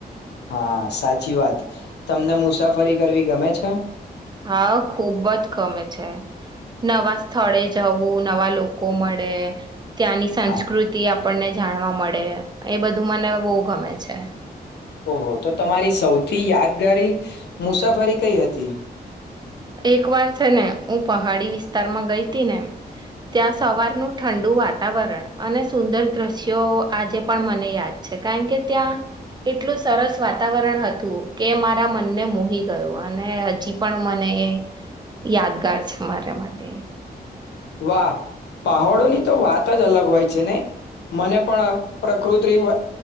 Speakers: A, on the left; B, on the right.
A: હા સાચી વાત તમને મુસાફરી કરવી ગમે છે
B: હા ખુબ જ ગમે છે નવા સ્થળે જવું નવા લોકો મળે ત્યાંની સંસ્કૃતિ
A: હા
B: આપ આપણને જાણવા મળે એ બધું મને બહુ ગમે છે
A: ઓહો તો તમારી સૌથી યાદગારી મુસાફરી કઈ હતી
B: એક વાર છે ને હું પહાડી વિસ્તારમાં ગઈ હતી ને ત્યાં સવારનું ઠંડુ વાતાવરણ અને સુંદર દ્રશ્યો આજે પણ મને યાદ છે કારણ કે ત્યાં એટલું સરસ વાતાવરણ હતું કે મારા મનને મોહી ગયું અને હજી પણ મને એ યાદગાર છે મારા માટે
A: વાહ પહોડોની તો વાત જ અલગ હોય છે ને મને પણ પ્રકૃતિ